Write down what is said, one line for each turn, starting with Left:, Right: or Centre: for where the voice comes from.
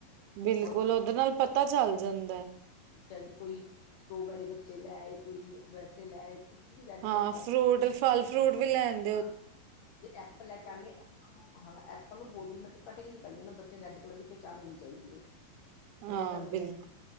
Right: ਬਿਲਕੁਲ
Left: ਔਰ
Right: ਉਹਦੇ ਨਾਲ ਪਤਾ ਚੱਲ ਜਾਂਦਾ
Left: ਜੇਂਜ ਕੋਈ ਸਟ੍ਰੋਬੈਰੀ ਬੱਚੇ ਲੈ ਆਏ ਕੋਈ ਵੈਸੇ ਲੈ ਆਏ ਕੁਛ ਵੀ ਰੈੱਡ
Right: ਹਾਂ
Left: ਲੈ ਕੇ ਆਨੀ
Right: ਫਰੂਟ
Left: ਬੱਚੇਆਂ ਨੂੰ
Right: ਫਲ ਫਰੂਟ ਵੀ ਲੈਨ
Left: ਹਾਂ ਜੇ ਐਪਲ ਲੈ ਕੇ ਆਨਗੇ ਹਾਂ ਐ ਪਰ ਮੈਂ ਬੋਲ ਦੇਨੀ ਆ ਮੈਂ ਕਿਹ ਕਟਿੰਗ ਨੀ ਕਰਨੀ ਉਹਨਾ ਬੱਚੇਆ ਨੂੰ ਰੈੱਡ ਕਲਰ ਦੀ ਪਹਿਚਾਨ ਹੋਨੀ ਚਾਹੀਦੀ ਹੈ। ਇਹ
Right: ਹਾਂ
Left: ਦੱਸਦਿਆਂ
Right: ਬਿਲਕੁਲ